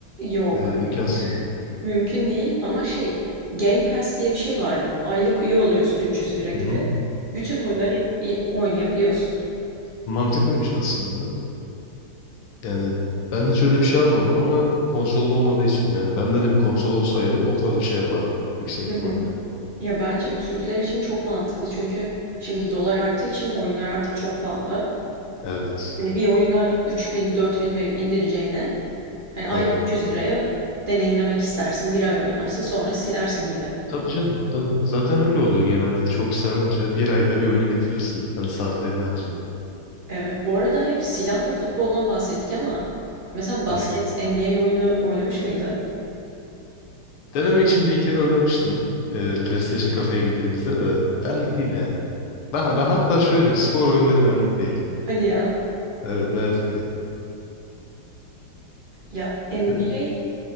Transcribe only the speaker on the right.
Yok,
Mümkün değil ama şey, Game Pass diye bir şey var. Aylık üye oluyorsun 300 lira gibi.
Bütün oyunları i- oynayabiliyorsun.
Hı
hı. Ya bence Türkler için çok mantıklı çünkü şimdi dolar arttığı için oyunlar artık çok pahalı.
Hani bir oyuna 3000 4000 verip indireceğine hani ayda
300 liraya deneyimlemek istersin. Bir ay oynarsın sonra silersin gibi.
Evet bu arada hep silah ve futboldan bahsettik ama mesela basket
NBA oyunu oynamış mıydın?
Hadi ya.
Ya NBA